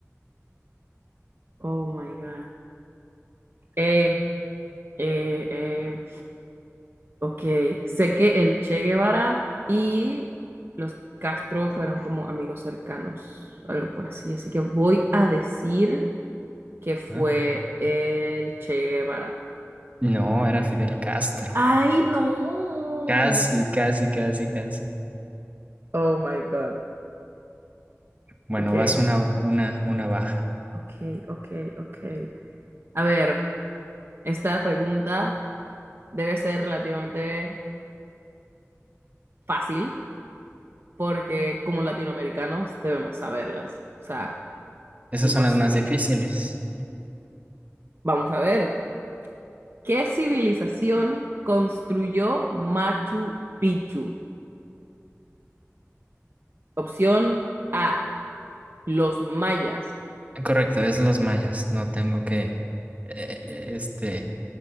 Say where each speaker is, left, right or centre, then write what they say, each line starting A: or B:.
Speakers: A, on the right (about 50°); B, on the right (about 30°).
A: oh my God. Eh, eh, eh, ok, sé que el Che Guevara y los Castro fueron como amigos cercanos, algo por así, así que voy a decir que fue
B: ¿Ah?
A: el Che Guevara.
B: No, era Fidel Castro.
A: ¡Ay, no!
B: Casi, casi, casi, casi.
A: Oh my God.
B: Bueno,
A: Ok,
B: vas una, una, una baja.
A: ok, ok, ok. A ver, esta pregunta debe ser relativamente fácil porque como latinoamericanos debemos saberlas, o sea,
B: Esas
A: imposible.
B: son las más difíciles.
A: Vamos a ver, ¿qué civilización construyó Machu Picchu? Opción A, los mayas.
B: Correcto, es los mayas. No tengo que... eh, eh, este...